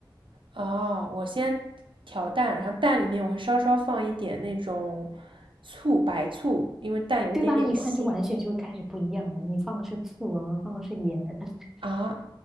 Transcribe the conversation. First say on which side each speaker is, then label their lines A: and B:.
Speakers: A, on the right (about 75°); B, in the centre.
A: 哦，我先调蛋，然后蛋里面我会稍稍放一点那种醋，白醋，因为蛋有一点点腥
B: 对吧？你看，这完全就开始不一样了。你放的是醋，我们放的是盐。<laughs>
A: 啊。